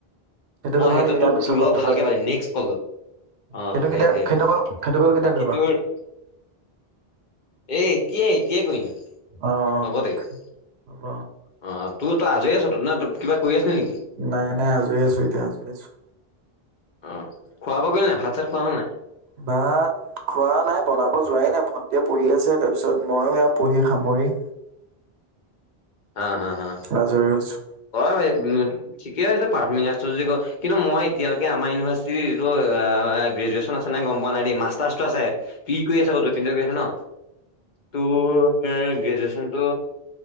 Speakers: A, on the left (about 55°); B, on the right (about 85°).
A: মই
B: কথা
A: সেইটো
B: ইয়াৰ
A: তোক,
B: পিছৰ
A: তোৰ লগত
B: কলটো
A: ভালকে পাতিম নেক্স কলটোত। অ
B: সেইটো
A: সেইটোৱে
B: কেতিয়া সেইটো
A: টোৱে।
B: কল সেইটো কল কেতিয়া
A: বাকী
B: কৰিবা?
A: তোৰ এ এতিয়াই এতিয়াই কৰিম।
B: অ',
A: লগতেই, অ',
B: হ'ব।
A: তোৰ তই আজৰি আছোতো, নে তই কিবা কৰি আছিলি নেকি?
B: নাই, নাই, আজৰি আছোঁ এতিয়া, আজৰি আছোঁ।
A: অ', খোৱা-বোৱা কৰিলি নাই, ভাত-চাত খোৱা হ'ল নাই?
B: ভাত খোৱা নাই, বনাব যোৱাই নাই, ভণ্টিয়ে পঢ়ি আছে, তাৰপিছত মইয়ো এয়া পঢ়ি সামৰি।
A: হা হা হা।
B: আজৰি হৈছোঁ।
A: অ, এক দুই মিনিট, ঠিকে আছে পাঁচ মিনিট আছে যদি ক'। কিন্তু মই এতিয়ালৈকে আমাৰ ইউনিভাৰ্চিটিৰটো আ, গ্ৰেজুৱেশন আছে নাই গম পোৱা নাই দেই, মাষ্টাৰ্চটো আছে। ই কৰি আছে আক', যতিন হঁ‌তে কৰি আছা ন? তোৰ এ গ্ৰেজুৱেশনটো